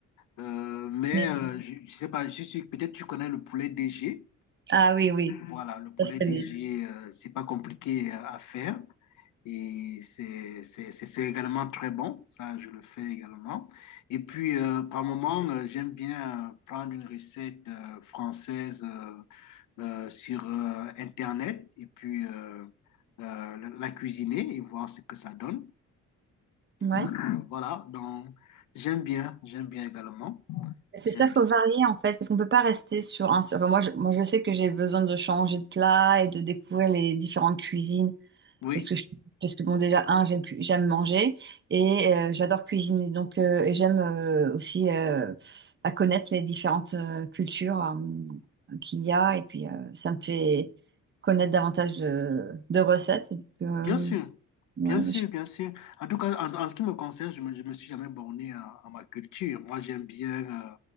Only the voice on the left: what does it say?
Euh, mais
euh, je, je sais pas, je suis, peut-être tu connais le poulet DG.
Voilà, le poulet
DG,
euh, c'est pas compliqué à à faire et c'est c'est- c'est- c'est également très bon. Ça, je le fais également. Et puis, euh, par moment, euh, j'aime bien euh, prendre une recette euh, française euh, euh, sur euh, Internet et puis euh, euh, la la cuisiner et voir ce que ça donne.
Euh, voilà, donc j'aime bien, j'aime bien également.
J'aime
bien.
Oui.
Bien sûr,
bien sûr,
bien sûr. En tout cas, en, en ce qui me concerne, je me, je me suis jamais borné à, à ma culture. Moi, j'aime bien euh,